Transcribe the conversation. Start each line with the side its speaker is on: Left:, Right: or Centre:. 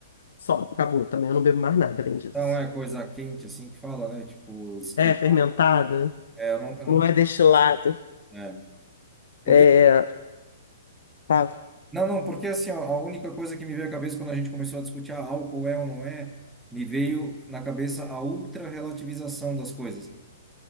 Left: Só, acabou também, eu não bebo mais nada além disso.
Centre: Não é coisa quente assim que fala, né? Tipo, estilo.
Left: É fermentada,
Centre: É, eu não, eu não,
Left: não é destilado.
Centre: é. Porque,
Left: É, fala.
Centre: não, não, porque assim, ó, a única coisa que me veio à cabeça quando a gente começou a discutir ah, álcool é ou não é, me veio na cabeça a ultra-relativização das coisas.